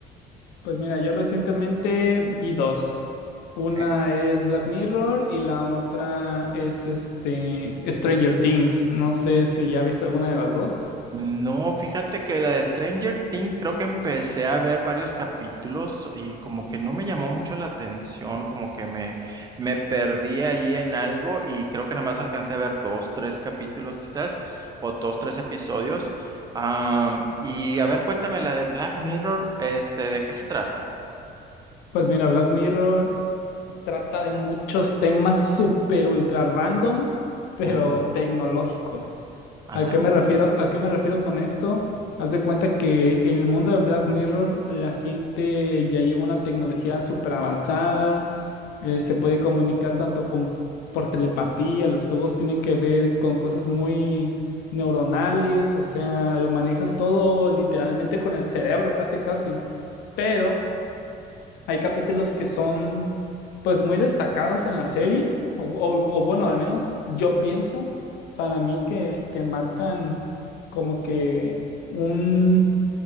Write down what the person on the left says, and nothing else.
Pues mira, yo recientemente vi dos.
Una es Black Mirror y la otra es este Stranger Things. No sé si ya viste alguna de las dos.
Pues mira, Black Mirror trata de muchos temas súper ultra randoms, pero
tecnológicos.
¿A qué me refiero? ¿A qué me refiero con esto? Haz de cuenta que en el mundo de Black Mirror la gente ya lleva una tecnología súper avanzada, eh, se puede comunicar tanto con, por telepatía, los juegos tienen que ver con cosas muy neuronales, o sea, lo manejas todo literalmente con el cerebro, casi, casi. Pero hay capítulos que son pues muy destacados en la serie, o, o- o, bueno, al menos yo pienso para mí que, que marcan como que un,